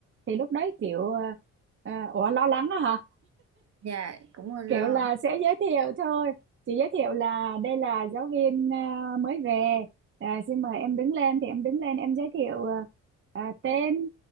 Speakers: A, on the right (about 40°); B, on the right (about 55°).
A: thì lúc đấy kiểu à, à, ủa lo lắng đó
B: dạ cũng hơi lo
A: kiểu là sẽ giới thiệu thôi chị giới thiệu là đây là giáo viên à, mới về à, xin mời em đứng lên thì em đứng lên em giới thiệu à, à, tên